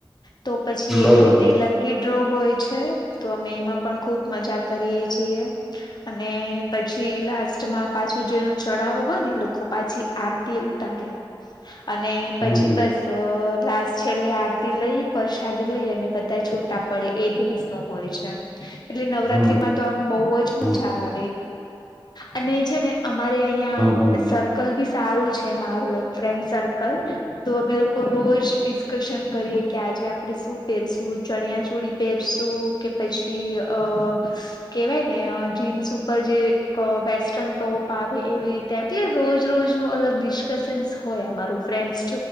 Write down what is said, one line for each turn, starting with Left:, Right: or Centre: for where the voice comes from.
Left: તો પછી એવી
Centre: બરોબર
Left: રીતે લકી હોય છે. તો અમે એમાં પણ ખુબ મજા કરીએ છીએ અને પછી લાસ્ટમાં પાછું જેનું ચડાવો હોય ને લોકો પાછી આરતી ઉતારે અને પછી
Centre: હમ હમ
Left: બસ લશ છેલ્લે આરતી લઈ પરસાદ લઈ અને બધા છૂટા પડે એ દિવસ ન હોય છે. એટલે નવરાત્રીમાં
Centre: હમ
Left: તો આમ બહુ જ મજા
Centre: હમ હમ
Left: આવે. અને છે ને અમારે અહિયાં
Centre: હમ
Left: સર્કલ
Centre: હમ
Left: બી સારું છે મારું એમ ફ્રેન્ડ સર્કલ તો અમે લોકો રોજ પિ આકર્ષણ કરીએ કે આજે આપણે આપ શું પ ઉ ચણિયાચોળી પહેરશું કે પછી અ કેવાય ને અ જીન્સ ઉપર જે અ વેસ્ટર્ન ટોપ આવે એવી રીતે આવે એટલે રોજ રોજનું અલગ ડિસ્કશન્ હોય અમારું ફ્રેન્ડસ